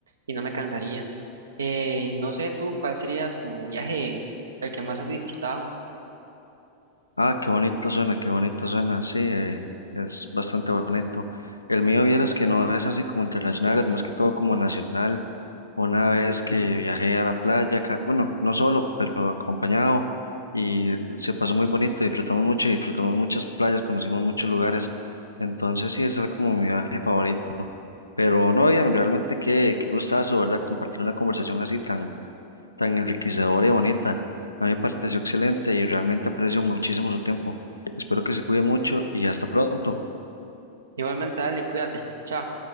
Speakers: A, on the right; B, on the left.
A: y no me cansaría. Eh, y no sé tú, ¿cuál sería tu viaje, el que más has disfrutado?
B: Ah, qué bonito suena, qué bonito suena, sí, eh, es bastante bonito. El mío, vieras que no es así como internacional, es más que todo como nacional. Una vez que viajé a la playa, ca- bueno, no solo, pero acompañado, y se pasó muy bonito, disfrutamos mucho y disfrutamos muchas playas, conocimos muchos lugares. Entonces, sí, ese fue como mi viaje favorito. Pero no, bien, realmente qué, qué gustazo, ¿verdad? Compartir una conversación así tan tan enriquecedora y bonita. A mí me pareció excelente y realmente aprecio muchísimo su tiempo. Espero que se cuide mucho y hasta pronto.
A: Igualmente, dale, cuídate. Chao.